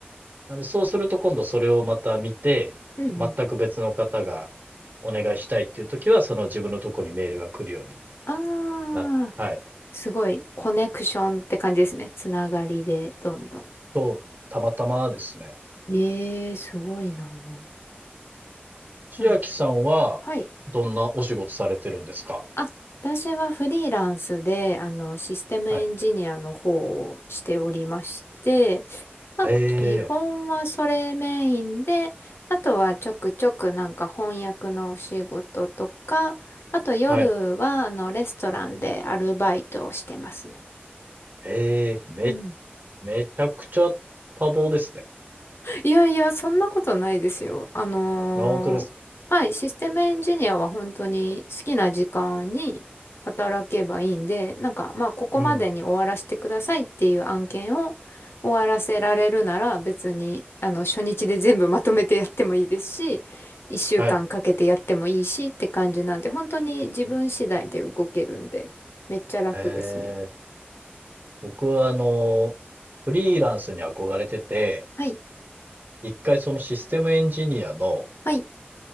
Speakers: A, on the right; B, on the left.
A: なんでそうすると今度それをまた見て、
B: うんうん。
A: 全く別の方がお願いしたいっていう時は、その自分のとこにメールが来るように
B: ああ、
A: なっはい。
B: すごい。コネクションって感じですね。つながりで、どんどん。
A: と、たまたまですね。
B: ええ、すごいな。
A: 千秋さんはどんなお仕事されてるんですか
B: なんはい。あ、私はフリーランスで、あの、システムエンジニアの方をしておりまして、
A: はい。
B: まあ、
A: ええ、
B: 基本はそれメインで、あとはちょくちょくなんか翻訳のお仕事とか、あと夜は、
A: はい。
B: あの、レストランでアルバイトをしてますね。
A: ええ、め、
B: うん
A: めちゃくちゃ多忙ですね。
B: いやいや、そんなことないですよ。あのーはい、
A: あ、本当ですか。
B: システムエンジニアは本当に好きな時間に働けばいいんで、なんか、まあ、ここまでに終わらせてくださいっていう案件を終わらせられるなら別に、
A: うん。
B: あの、初日で全部まとめてやってもいいですし、一週間かんかけてやってもいいしって感じなんで、
A: はい。
B: 本当に自分次第で動けるんで、めっちゃ楽ですね。
A: ええ、僕はあの、フリーランスに憧れてて、
B: はい、
A: 一回そのシステムエンジニアの、
B: はい。